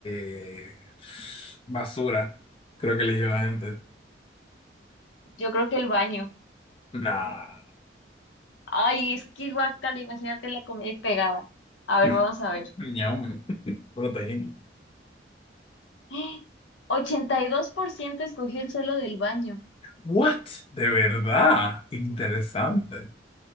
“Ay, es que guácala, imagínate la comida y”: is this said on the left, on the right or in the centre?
Left